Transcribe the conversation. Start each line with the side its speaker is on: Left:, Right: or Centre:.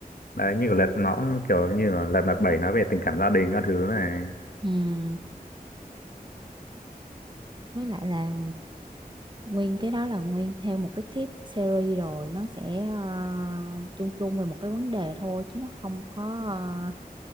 Left: Đấy như kiểu Lật nó cũng kiểu như là Lật Mặt bảy nó về tình cảm gia đình các thứ này.
Right: ừ. với lại là nguyên cái đó là nguyên theo một cái tip series rồi nó sẽ ờ, chung chung về một cái vấn đề thôi chứ nó không có ờ,